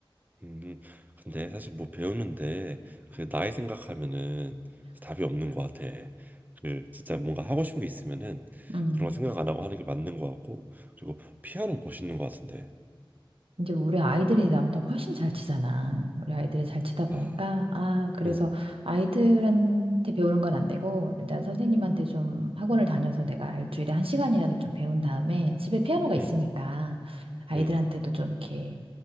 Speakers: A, on the right; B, on the right.
A: 음. 근데 사실 뭐 배우는데 그 나이 생각하면은 답이 없는 것 같아. 그 진짜 뭔가 하고 싶은 게 있으면은
B: 음.
A: 그런 거 생각 안 하고 하는 게 맞는 것 같고 그리고 피아노 멋있는 것 같은데.
B: 이제 우리 아이들이 나보다 훨씬 잘 치잖아. 우리 아이들이 잘 치다 보니까
A: 아.
B: 아, 그래서
A: 응.
B: 아이들한테 배우는 건 안 되고 일단 선생님한테 좀 학원을 다녀서 내가 일주일에 한 시간이라도 좀 배운 다음에 집에 피아노가 있으니까
A: 음,
B: 아이들한테도
A: 음,
B: 좀 이렇게